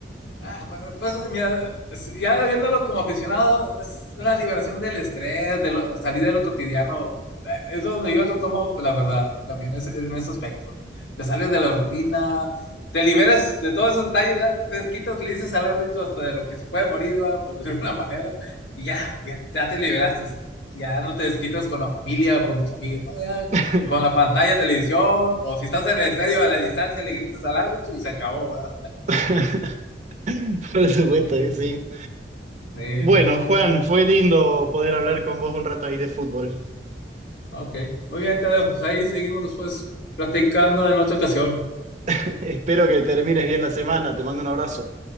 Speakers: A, on the left; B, on the right.
A: Ah, pues pues, mira, sí, ya viéndolo como aficionado, es una liberación del estrés, de lo- salir de lo cotidiano. Eh, Es donde yo lo tomo, la verdad, también es, en ese aspecto. Te sales de la rutina, te liberas de todos esos detalles, ya te desquitas, le dices al árbitro hasta de lo que se puede morir, ¿va? por decirlo de una manera, y ya, ya, ya te liberaste. Ya no te desquitas con la familia o con los amigos, ¿no? Ya
B: <laughs>
A: con la pantalla, televisión, o si estás en el estadio a la distancia, le gritas al árbitro y se acabó, ¿verdad?
B: <laughs> Por supuesto
A: Eh,
B: que sí.
A: Sí,
B: Bueno,
A: muy
B: Juan,
A: bien.
B: fue lindo poder hablar con vos un rato ahí de fútbol.
A: Ok, muy bien, Tadeo. Pues ahí seguimos después platicando en otra ocasión.
B: <laughs> Espero que termines bien la semana. Te mando un abrazo.